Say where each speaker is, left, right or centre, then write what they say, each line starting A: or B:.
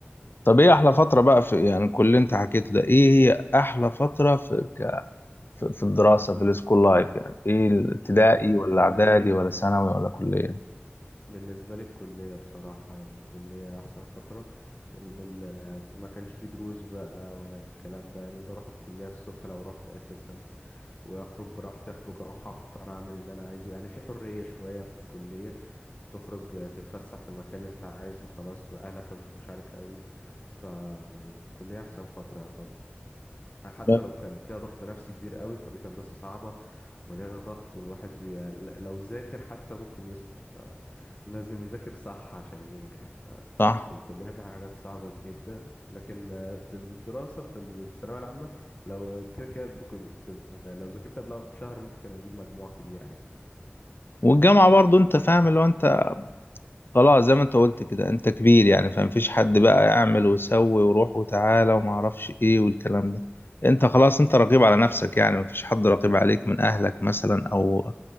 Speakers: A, on the left; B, on the left.
A: طب ايه احلى فترة بقى في يعني كل اللي انت حكيته ده ايه هي احلى فترة في ك... في في الدراسة في السكول لايف يعني ايه الابتدائي
B: آه، بالنسبة
A: ولا اعدادي
B: لي
A: ولا ثانوي ولا كلية
B: بالنسبة لي الكلية بصراحة يعني الكلية أحسن فترة لأن ال- ما كانش فيه دروس بقى ولا الكلام ده يعني بروح الكلية الصبح لو رحت أساسا وأخرج براحتي أخرج أروح أفطر أعمل اللي أنا عايزه يعني في حرية شوية في الكلية تخرج آه، تتفسح في المكان اللي أنت عايزه خلاص أهلك ما بيخافوش عليك قوي فالكلية أحسن فترة يعتبر يعني حتى
A: لا.
B: لو كان فيها ضغط نفسي كبير قوي كلية هندسة صعبة ولنا ضغط والواحد بي... لو ذاكر حتى ممكن يسقط فلازم يذاكر صح عشان ينجح
A: صح
B: فالكلية فيها حاجات صعبة جدا لكن آه، في الدراسة في الثانوية العامة لو كده كده كنت ب... لو ذاكرت قبلها بشهر ممكن أجيب مجموع كبير عادي
A: والجامعة برضو انت فاهم اللي هو انت خلاص زي ما انت قلت كده انت كبير يعني فمفيش حد بقى يعمل ويسوي وروح وتعالى وما اعرفش ايه والكلام ده انت خلاص انت رقيب على نفسك يعني مفيش حد رقيب عليك من اهلك مثلا او